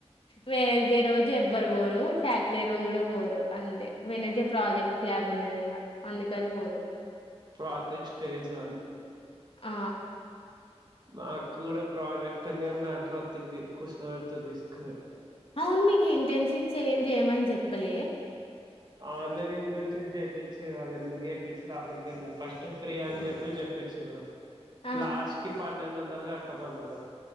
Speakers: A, on the left; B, on the right.
A: వెనర్స్డే రోజు ఎవ్వరు పోరు సాటర్డే రోజు కూడా పోరు అంతే వెనర్స్డే ప్రాజెక్ట్ ల్యాబ్ ఉన్నది ఇగ అందుకని పోరు
B: ప్రాజెక్ట్ స్టేజ్ వన్
A: ఆ
B: మాకు కూడా ప్రాజెక్టు ఉంది కానీ దాంట్లో తీగది <unintelligible> కుసారి వడ్తది రిస్కె
A: అవును మీకు ఇంటర్షిప్స్ ఏమ్ చేయమని చెప్పలే
B: ఆన్లైన్ ఇంటర్న్షిప్ చేపిచ్చిరు అది ఎందుకు చేపిచ్చిన్రో వాళ్ళకే తెల్వలే ఫస్ట్ ఫ్రీ అని చెప్పి చెప్పించురు
A: ఆ!
B: లాస్ట్ కి పన్నెండు వందలు కట్టామన్నారు